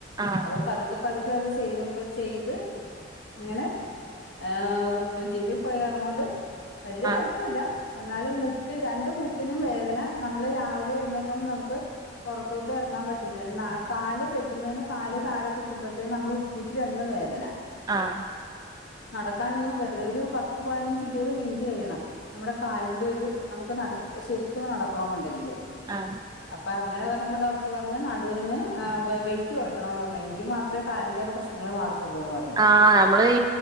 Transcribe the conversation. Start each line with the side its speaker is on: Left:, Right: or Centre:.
Right: ആഹ്.
Left: അപ്പം പതുക്കെ പതുക്കെ അത് ചെയ്തുമ്പ ചെയ്ത്. അങ്ങനെ ഏ ജിമ്മി പോയ എറങ്ങോണ്ട് വല്ല്യ
Right: ആഹ്
Left: കൊഴ പ്പുല്ല എന്നാലും മുട്ട് രണ്ട് മുട്ടിനും വേദന നമ്മള് രാവിലെ എഴുന്നേക്കുമ്പോ നമുക്ക്. പൊറത്തോട്ട് എർങ്ങാ പറ്റതില്ല ന്നാ കാല് ബെഡ്മേന്ന് കാല് താഴെ കുത്തുമ്പഴ്ത്തേ നമ്മള്. പൂറ്റി രണ്ടും വേദന.
Right: ആഹ്.
Left: നടക്കാനൊന്നും പറ്റില്ല ഒരു പത്ത് പതിനഞ്ച് ഇരുപത് മിൻറ്റ് കഴിയണം. നമ്മുടെ കാലിന്റെരു നമുക്ക് നട് ശരിക്ക് നടക്കണോ ന്നുണ്ടെങ്കില്.
Right: ആഹ്.
Left: അപ്പങ്ങനെ പർഞ്ഞപ്പ ഡോക്ടറ് പർഞ് നടുവിന് ഏ വെ വെയിറ്റ് കൊറയ്ക്കണന്ന് പർഞ് എങ്കി മാത്ര ത്ര കാലിന്റെക്കെ പ്രശ്നങ്ങള് മാറത്തൊള്ളൂന്ന് പറഞ്.
Right: ആഹ് നമ്മളീ